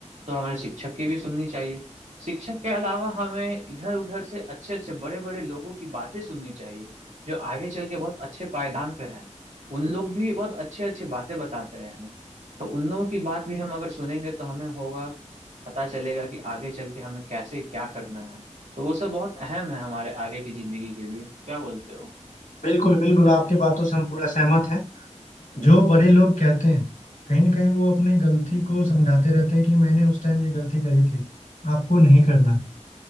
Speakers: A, on the right; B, on the left.
A: तो हमारे शिक्षक की भी सुननी चाहिए शिक्षक के अलावा हमें इधर उधर से अच्छे अच्छे बड़े बड़े लोगों की बातें सुननी चाहिए जो आगे चल के बहुत अच्छे पायदान पे हैं उन लोग भी बहुत अच्छे अच्छे बातें बताते हैं तो उन लोगों की बात भी हम अगर सुनेंगे तो हमें होगा पता चलेगा कि आगे चल के हमें कैसे क्या करना है तो वो सब बहुत अहम है हमारे आगे की जिंदगी के लिए क्या बोलते हो
B: बिल्कुल बिल्कुल आपकी बातों से हम पूरा सहमत हैं जो बड़े लोग कहते हैं कहीं ना कहीं वो अपने गलती
A: हम्म
B: को
A: हम्म,
B: समझाते रहते हैं कि मैंने उस टाइम ये गलती करी थी आपको नहीं करना